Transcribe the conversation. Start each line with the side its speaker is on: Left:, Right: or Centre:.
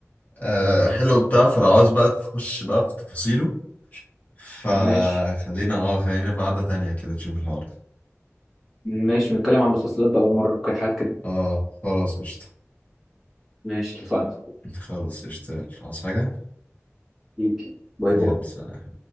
Left: آه حلو بتاع فلو عاوز بقى تخش بقى في تفاصيله فخلينا
Centre: ماشي
Left: اه خلينا في قعدة تانية كده تشوف الحوار
Centre: ماشي نتكلم عن مسلسلات بقى ومره حاجات كده
Left: اه خلاص قشطة
Centre: ماشي اتفقنا
Left: خلاص قشطة يلا عايز حاجة
Centre: حبيبي. باي باي
Left: يلا سلام